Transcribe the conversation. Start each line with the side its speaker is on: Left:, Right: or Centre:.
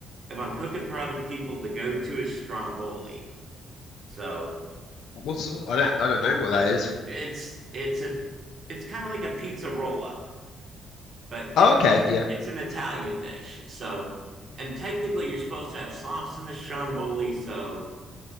Right: if I'm cooking for other people, the go-to is stromboli. So
Left: What's I don't I don't know what that
Right: uh,
Left: is.
Right: it's it's a it's kind of like a pizza roll-up. but it,
Left: Oh, okay,
Right: it's,
Left: yeah.
Right: it's an Italian dish. So, and technically, you're supposed to have sauce in the stromboli. So,